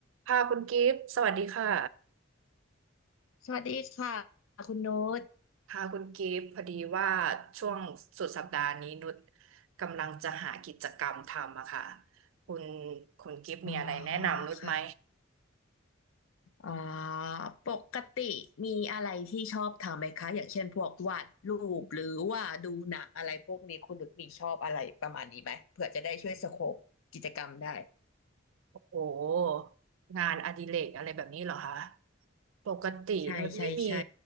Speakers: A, on the right; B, on the left.
A: ค่ะคุณกิฟต์สวัสดีค่ะ
B: สวัสดีค่ะคุณนุช
A: ค่ะคุณกิฟต์พอดีว่าช่วงสุดสัปดาห์นี้นุชกำลังจะหากิจกรรมทำอะค่ะคุณคุณกิฟต์มีอะไรแนะนำนุชไหม
B: อ๋อค่ะอ๋อปกติมีอะไรที่ชอบทำไหมคะอย่างเช่นพวกวาดรูปหรือว่าดูหนังอะไรพวกนี้คุณนุชมีชอบอะไรประมาณนี้ไหมเผื่อจะได้ช่วยสโคปกิจกรรมได้
A: โอ้งานอดิเรกอะไรแบบนี้เหรอคะ ปกตินุชไม่มี
B: ใช่ใช่ใช่